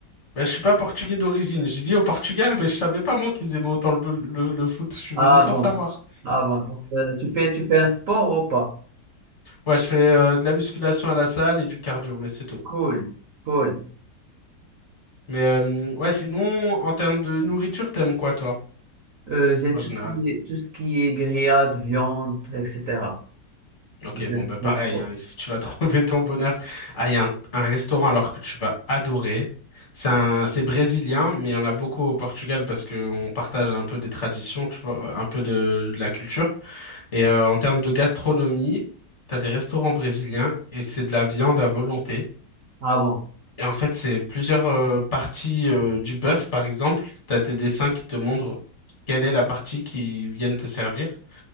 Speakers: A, on the left (about 45°); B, on the right (about 65°).
A: Bah, je suis pas portugais d'origine. Je vis au Portugal, mais je savais pas moi qu'ils aimaient autant le, bou- le, le foot. Je suis
B: Ah
A: venu sans
B: bon,
A: savoir.
B: ah bon. Donc, euh, tu fais, tu fais un sport ou pas?
A: Ouais, je fais euh, de la musculation à la salle et du cardio, mais c'est tout.
B: Cool, cool.
A: Mais euh, ouais, sinon, en termes de nourriture, t'aimes quoi toi,
B: Euh, j'aime
A: en
B: tout
A: général?
B: ce qui est, tout ce qui est grillade, viande, etc.
A: Ok,
B: J'aime
A: bon, bah pareil,
B: j'aime trop.
A: hein, si tu vas <laughs> trouver ton bonheur, ah, il y a un, un restaurant alors que tu vas adorer. C'est un- c'est brésilien, mais il y en a beaucoup au Portugal parce qu'on partage un peu des traditions, tu vois, un peu de, de la culture. Et euh, en termes de gastronomie, t'as des restaurants brésiliens et c'est de la viande à volonté.
B: Ah bon.
A: Et en fait, c'est plusieurs euh, parties euh, du bœuf, par exemple. T'as tes dessins qui te montrent quelle est la partie qu'ils viennent te servir.